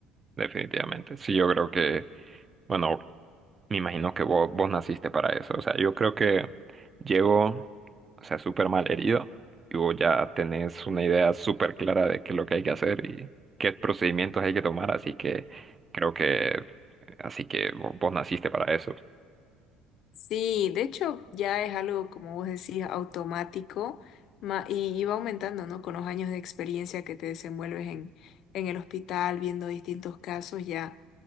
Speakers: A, on the right; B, on the left.
A: definitivamente. Sí, yo creo que, bueno, me imagino que vos, vos naciste para eso. O sea, yo creo que llego, o sea, súper mal herido y vos ya tenés una idea súper clara de qué es lo que hay que hacer y qué procedimientos hay que tomar. Así que creo que, así que vos, vos naciste para eso.
B: Sí, de hecho ya es algo, como vos decís, automático ma- y, y va aumentando, ¿no? Con los años de experiencia que te desenvuelves en, en el hospital, viendo distintos casos, ya